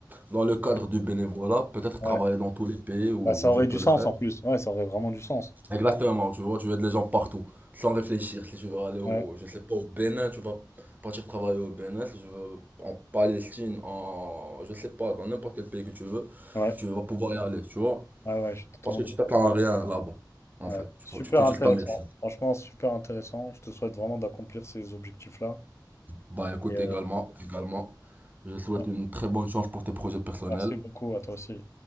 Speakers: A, on the right; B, on the left.
A: dans le cadre
B: Ouais.
A: du bénévolat, peut-être
B: ouais.
A: travailler dans tous les pays où
B: Bah, ça
A: où
B: aurait
A: je peux
B: du sens
A: le faire.
B: en plus. Ouais, ça aurait vraiment du sens.
A: Exactement, tu vois, tu as des gens partout, sans réfléchir. Si tu veux aller au,
B: Ouais,
A: je sais pas, au Bénin, tu vas partir travailler au Bénin. Si tu veux en Palestine, en, je sais pas, dans n'importe quel pays que tu veux,
B: ouais,
A: tu vas pouvoir y aller, tu vois.
B: ouais, ouais, je suis totalement
A: Parce que
B: d'accord
A: tu t'attends
B: avec toi.
A: à rien là-bas, en
B: Ouais.
A: fait. Tu,
B: Super
A: prends- tu fais
B: intéressant.
A: juste ta médecine.
B: Franchement, super intéressant. Je te souhaite vraiment d'accomplir ces objectifs-là.
A: Bah écoute,
B: Et euh,
A: également, également, je souhaite
B: ouais,
A: une très bonne chance pour tes projets personnels.
B: merci beaucoup à toi aussi.